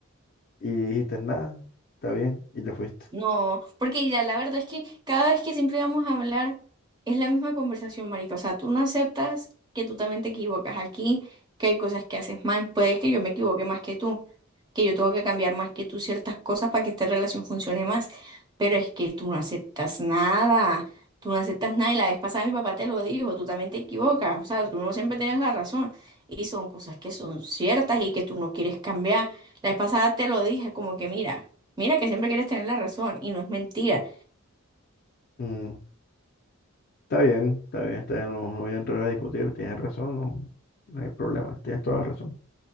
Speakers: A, on the left; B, on the right.
A: y dijiste nada, está bien, y te fuiste.
B: No, porque ya la verdad es que cada vez que siempre vamos a hablar es la misma conversación, marica. O sea, tú no aceptas que tú también te equivocas aquí, que hay cosas que haces mal. Puede que yo me equivoque más que tú, que yo tengo que cambiar más que tú ciertas cosas para que esta relación funcione más. Pero es que tú no aceptas nada. Tú no aceptas nada y la vez pasada mi papá te lo dijo, tú también te equivocas. O sea, tú no siempre tienes la razón. Y son cosas que son ciertas y que tú no quieres cambiar. La vez pasada te lo dije, como que mira. Mira que siempre quieres tener la razón y no es mentira.
A: Mm, está bien, está bien, está bien, no, no voy a entrar a discutir, tienes razón, no, no hay problema, tienes toda la razón.